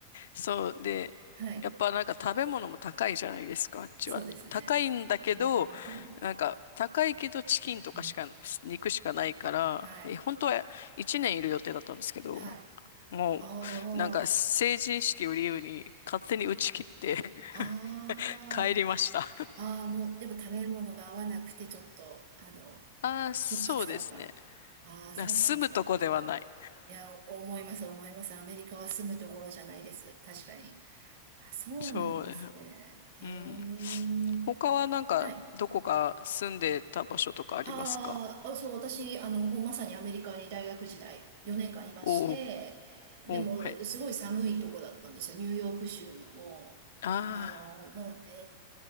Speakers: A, on the left; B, on the right.
A: そう。で、
B: はい。
A: やっぱなんか食べ物も高いじゃないですか、あっちは。
B: そうですね。
A: 高いんだけど、
B: うーん。
A: なんか高いけどチキンとかしか、
B: うん
A: 肉しかないから、
B: はい。
A: え、本当は1年いる予定だったんですけど、
B: はい。
A: もうなんか成人式を理由に勝手に打ち切って
B: ああ、あ
A: <laughs> 帰りました。
B: あ。ああ、もう、やっぱ食べ物が合わなくて、ちょっと、あの、
A: ああ、そうですね。
B: き、きつかった。ああ、
A: な住むとこではない。
B: そうなんですね。いや、お思います、思います。アメリカは住むところじゃないです。確かに。あ、そうなんですね。
A: そうです。
B: へえ。
A: うん。他はなんかどこか住んでた場所とかありますか
B: はい。あーあ、そう、私、あの、もうまさにアメリカに大学時代、4年間いまして、
A: お、お、
B: でも、
A: お、はい。
B: すごい寒いとこだったんですよ。ニューヨーク州の、もう、
A: ああ、
B: あの、もう、え